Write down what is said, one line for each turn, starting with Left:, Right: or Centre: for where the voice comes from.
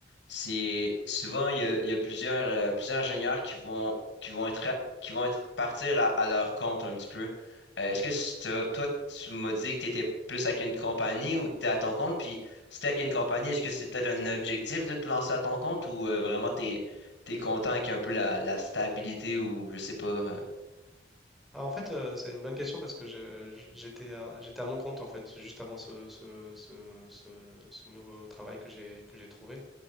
Left: c'est souvent, il y a, il y a plusieurs, euh, plusieurs ingénieurs qui vont, qui vont être, à- qui vont être partir à, à leur compte un petit peu. Euh, est-ce que c'est- t'as- toi, tu m'as dit que tu étais plus avec une compagnie ou tu es à ton compte? Puis, si tu avec une compagnie, est-ce que c'est peut-être un objectif de te lancer à ton compte ou euh, vraiment tu es, content avec un peu la, la stabilité ou je sais pas. euh,
Centre: Ah, en fait, euh, c'est une bonne question parce que je- je- j'étais à, j'étais à mon compte en fait juste avant ce, ce- ce- ce- ce nouveau travail que j'ai que j'ai trouvé.